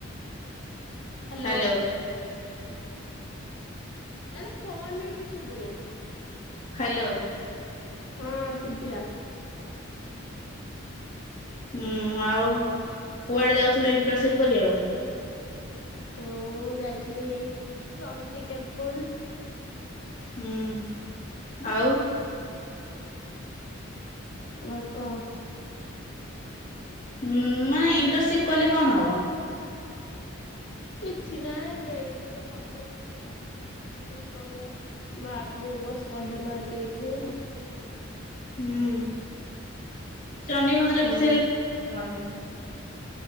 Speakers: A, on the left; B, on the left.
A: ହାଲୋ।
B: ହ୍ୟାଲୋ
A: ଆରେ ଫୋନରେ କିଛି ଶୁଭୁନେହିଁ।
B: ହାଲୋ।
A: ହଁ ଶୁବିଲା।
B: ହୁଁ ଆଉ କୁଆଡେ ଯାଉଥୁଲୁ ଇଣ୍ଟରସିପ୍ କରିବାକୁ?
A: ମୁଁ ଯାଇଥିଲି ଚଣ୍ଡୀ ଟେମ୍ପୁଲ୍।
B: ହୁଁ ଆଉ
A: ଅ କ <inaudible>
B: ଉଁ ମାନେ ଇଣ୍ଟରସିପ୍ କଲେ କଣ ହବ?
A: କିଛି ନାଇଁ ଦେଇଚି ଗୋଟେ ଗମେଣ୍ଟ ଇଏ ଆଉ। ଇଣ୍ଟରସିପ୍ କରିବ ମାର୍କ ମିଳିବ ଶହେ ମାର୍କ ଏଇଠୁ ଆଉ।
B: ହୁଁ ଚଣ୍ଡି ମନ୍ଦିର
A: ହଁ
B: ବିଷେଇଲେ। କଣ?